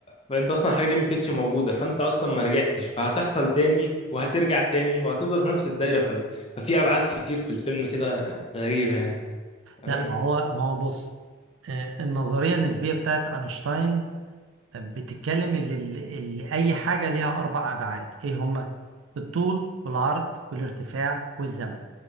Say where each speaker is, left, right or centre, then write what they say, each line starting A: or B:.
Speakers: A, on the left (about 30°); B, on the right (about 70°).
A: فأنت أصلا الحاجة دي ما كانتش موجودة فأنت أصلا ما رجعتش فهتحصل تاني وهترجع تاني وهتفضل في نفس الدايرة ف- ففي أبعاد كتير في الفيلم كده غريبة يعني تمام
B: لا ما هو ما هو بص آه، النظريه النسبيه بتاعت اينشتاين بتتكلم اللي, اللي أي حاجة ليها أربع أبعاد إيه هما؟ الطول والعرض والارتفاع والزمن